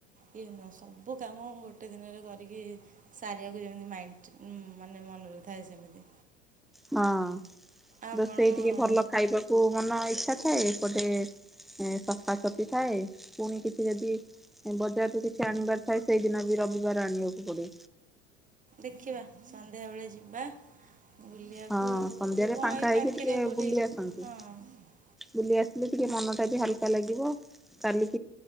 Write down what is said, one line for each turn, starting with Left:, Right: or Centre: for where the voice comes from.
Right: ଇଏ ନୁହେଁ ସବୁ କାମ ମୁଁ ଗୋଟେ ଦିନରେ କରି କି ସାରିବାକୁ ଯେମିତି ମାଇଣ୍ଡ ମାନେ ମନରେ ଥାଏ ସେମିତି
Centre: ହଁ
Right: ଆପଣ
Centre: ରୋଷେଇ ଟିକେ ଭଲ ଖାଇବାକୁ ମନ ଇଚ୍ଛା ଥାଏ ଏପଟେ। ଏ ସଫାସଫି ଥାଏ ପୁଣି କିଛି ଯଦି ବଜାରରେୁ କିଛି ଆଣିବାର ଥାଏ ସେଇଦିନ ବି ରବିବାର ଆଣିବାକୁ ପଡ଼େ।
Right: ଦେଖିବା ସନ୍ଧ୍ୟା ବେଳେ ଯିବା ବୁଲିବାକୁ
Centre: ହଁ ସନ୍ଧ୍ୟାରେ
Right: କ'ଣ
Centre: ପାଂଖା
Right: ଏଇ
Centre: ହେଇକି
Right: ପାଖରେ
Centre: ଟିକେ
Right: କେଉଁଠି
Centre: ବୁଲି ଆସନ୍ତୁ
Right: ହଁ
Centre: ବୁଲି ଆସ ଟିକେ ମନଟା ବି ହଲକା ଲାଗିବ କାଲି